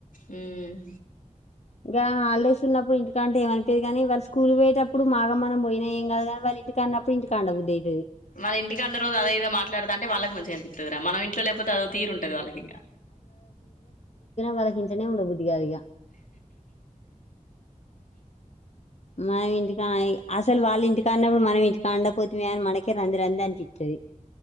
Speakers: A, on the left; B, on the left.
A: ఉమ్
B: ఇక హాలిడేస్ ఉన్నప్పుడు ఇంటికంటే ఏమనిపోయాది కానీ వాళ్ళ స్కూల్ పోయేటప్పుడు మాగా మనం పోయినా ఏం కాదు కానీ వాళ్ళ ఇంటిక ప్పుని ఇంటి కాడ ఉండ బు
A: మన ఇంటి అందరు రోజు అదేద మాట్లాడుత అంటే వాళ్ళకి మంచిగా అనిపిస్తది మనం ఇంట్లో లేకపోతే అదో తీరుంటది వాళ్ళకి ఇంకా
B: వలకు ఇంట్లనే ఉండ ఇగ మా ఇంటి అసలు వాళ్ళు ఇంటికా ఉన్నప్పుడు మనం ఇంటి కాడ పోతుమే అని మనకే రందు రంది అనిపితది